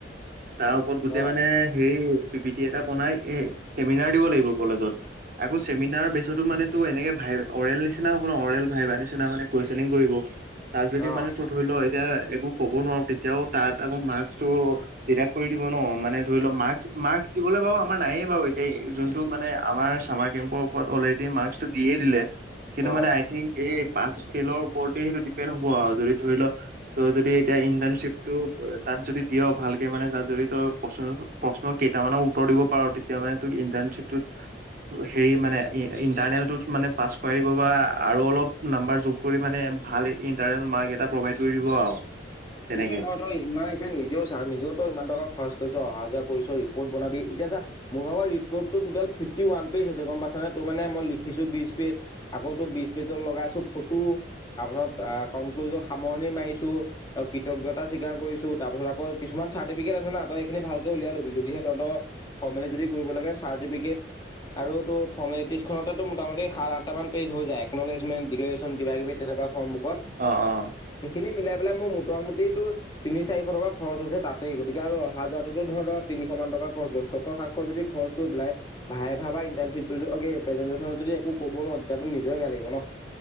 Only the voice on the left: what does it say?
অ',
অ'।
অ'।
ইৰিতিং ন <unintelligible> তই ইমান এতিয়া নিজেও চা, নিজেও তই ইমান টকা খৰচ কৰিছ, অহা যোৱা কৰিছ, ৰিপৰ্ট বনাবি এতিয়া চা মোৰ ভাগৰ ৰিপ'ৰ্টটো ফিফটি ওৱান পেজ আছে, গম পাইছনে? তোৰ মানে মই লিখিছোঁ বিশ পেজ আকৌ তোৰ বিজ পেজত লগাইছো ফটো, তাৰপিছত কনক্লুজৰ সামৰণি মাৰিছোঁ। আৰু কৃতজ্ঞতা স্বীকাৰ কৰিছোঁ, তাৰ পিছত আকৌ কিছুমান চাৰ্টিফিকেট আছে না, তই সেইখিনি ভালকে উলিয়াই ল'বি, যদিহে তহঁতৰ ফৰ্মেলি যদি কৰিব লাগে, চাৰ্টিফিকেট আৰু তোৰ ফৰ্মেলিটিজখনতেটো মোটামুতি সাত আঠটামান পেজ হৈ যায়, একন'লেজমেণ্ট, ডিক্লেৰেশ্যন কিবা কিবি তেনেকুৱা। সন্মুখত,
সেইখিনি মিলাই পেলাই মোৰ মোটামুটি তোৰ তিনি চাৰিশ টকা খৰচ হৈছে তাতেই, গতিকে অহা যোৱাতোতো ধৰ তোৰ তিনিশ মান টকা খৰচ হ'ল, ছয়শ সাতশ যদি খৰচ পেলাই ভাইভা বা ইণ্টাৰ্ণচিপ প্ৰেজেটেশনত যদি একো ক'ব নোৱাৰোঁ, তেতিয়াতো নিজৰেই বেয়া লাগিব ন।